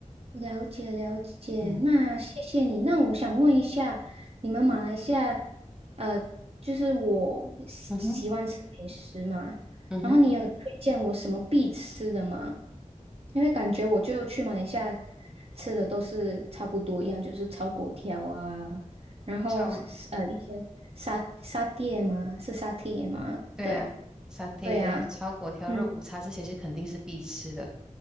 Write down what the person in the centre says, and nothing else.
嗯
嗯哼嗯哼，
超。
对啊，
沙爹、
炒粿条、
肉骨茶这些是肯定是必吃的。